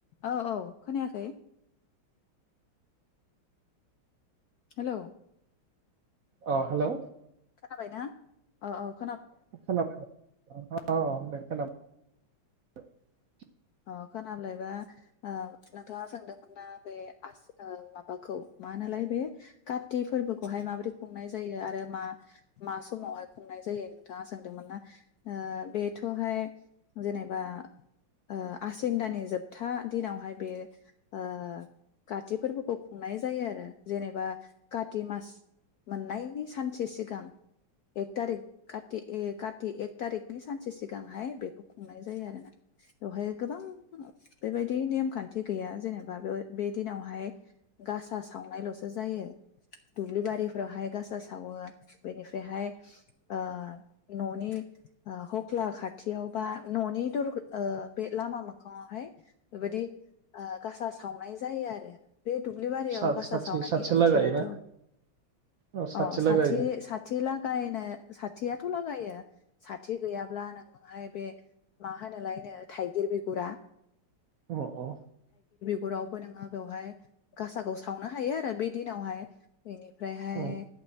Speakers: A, on the left; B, on the right.
A: औ औ खोनायाखै हेलौ
B: अ हेलौ
A: खोनाबायना‌? अ अ
B: <unintelligible> <unintelligible>
A: अ खोनाब्लायबा ओ नोंथाङा सोंदोंमोन ना बे आस माबाखौ मा होनोलाय बे काति फोरबोखौहाय माबोरै खुंनाय जायो आरो मा? मा समावहाय खुंनाय जायो नोंथाङा सोंदोंमोन ना ओ बेथ'हाय जेनेबा ओ आसिन दानि जोबथा दिनावहाय बे ओ काति फोरबोखौ खुंनाय जायो आरो जेनेबा काति मास मोननायनि सानसे सिगां एक तारिकत काति एक थारिकनि सानसे सिगांहाय बेखौ खुंनाय जायो आरोना बेवहाय गोबां बेबायदि नेमखान्थि गैया जेनेबा बे दिनावहाय गासा सावनायल'सो जायो दुब्लि बारिफोरावहाय गासा सावो बेनिफ्राय बेहाय ओ न'नि ओ हख्ला खाथियाव बा न'नि दर ओ बे लामा मोखाङावहाय बेबायदि ओ गासा सावनाय जायो आरो बे दुब्लिबारियाव
B: साथि
A: गासा सावनायनि
B: साथि
A: ओंथियाथ'
B: लागायोना औ
A: अ
B: लागायो
A: साथि साथि लागायनो साथियाथ' लागायो साथि गैयाब्ला नोङोहाय बे मा होनो लायनो थाइगिर बिगुरा
B: अ अ।
A: गुरावबो नोङो बेवहाय गासाखौ सावनो हायो आरो बे दिनावहाय बेनि फ्रायहाय
B: औ